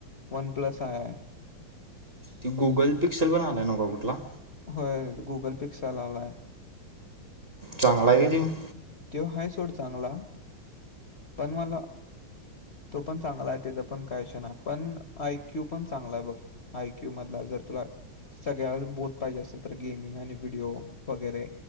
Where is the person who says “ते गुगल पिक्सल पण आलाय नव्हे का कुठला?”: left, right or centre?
Right